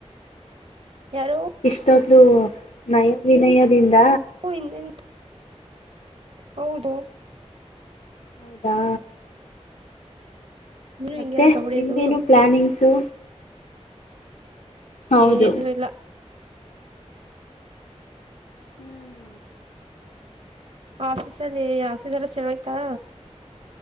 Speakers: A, on the right; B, on the left.
A: ಯಾರೋ
B: ಇಷ್ಟೊಂದು ನಯ ವಿನಯದಿಂದ
A: ಹಿಂದೆಂತ ಹೌದು
B: ಹೌದಾ
A: ನೀನು
B: ಮತ್ತೆ
A: ಹಿಂಗೇನೋ ಹೊಡಿಯೋದು
B: ನಿಮ್ದೇನು ಪ್ಲಾನಿಂಗ್ಸು ಹೌದು
A: ಏನು ಇಲ್ಲ
B: ಹ್ಮ್
A: ಆಫೀಸಲ್ಲಿ ಆಫೀಸ್ಲ್ ಸೆಳಯ್ತಾ